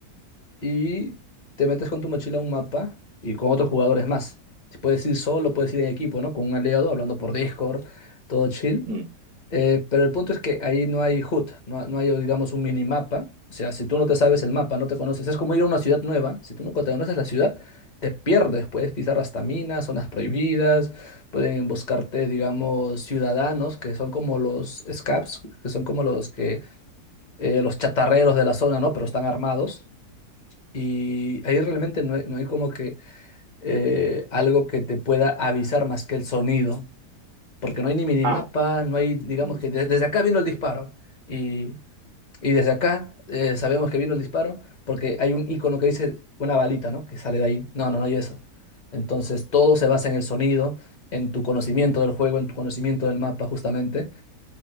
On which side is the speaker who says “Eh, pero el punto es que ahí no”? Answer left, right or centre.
Left